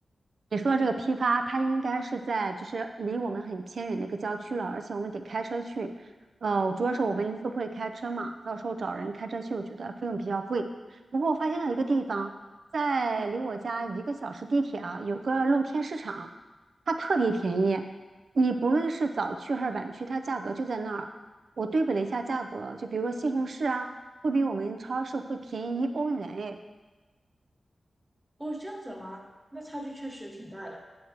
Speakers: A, on the right; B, on the right.
A: 你说的这个批发，它应该是在就是离我们很偏远的一个郊区了，而且我们得开车去。呃，主要是我们都不会开车嘛，到时候找人开车去，我觉得费用比较贵。不过我发现到一个地方，在离我家一个小时地铁啊，有个露天市场，它特别便宜。你不论是早去还是晚去，它价格就在那儿。我对比了一下价格，就比如说西红柿啊，会比我们超市会便宜一欧元诶。
B: 哦，这样子的吗？那差距确实挺大的。